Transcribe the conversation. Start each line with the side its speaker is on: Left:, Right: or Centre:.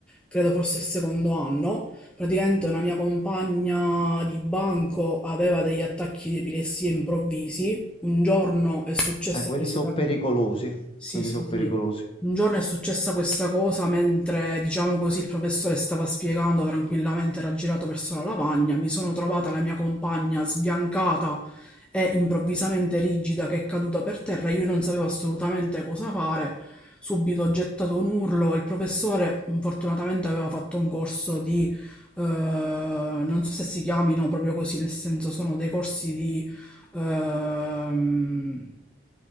Centre: credo forse il secondo anno, praticamente una mia compagna di banco aveva degli attacchi di epilessia improvvisi. Un giorno è successa
Left: Eh, quelli
Centre: questa...
Left: sono pericolosi.
Centre: Sì,
Left: Quelli
Centre: sì,
Left: sono
Centre: sì.
Left: pericolosi.
Centre: Un giorno è successa questa cosa mentre, diciamo così, il professore stava spiegando tranquillamente, era girato verso la lavagna, mi sono trovata la mia compagna sbiancata e improvvisamente rigida che è caduta per terra, io non sapevo assolutamente cosa fare, subito ho gettato un urlo, il professore fortunatamente aveva fatto un corso di, eh, non so se si chiamino proprio così, nel senso sono dei corsi di ehm,